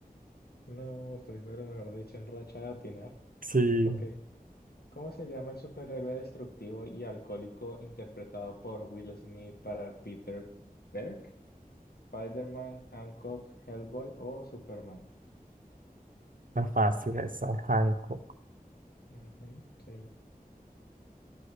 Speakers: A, on the left; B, on the right.
A: No, estoy, pero mejor dicho, en racha de atinar.
B: Sí,
A: Ok. ¿Cómo se llama el superhéroe destructivo y alcohólico interpretado por Will Smith para Peter Berg? ¿Spider-Man, Hancock, Hellboy o Superman?
B: está fácil esa, Hancock.
A: Ujú, sí,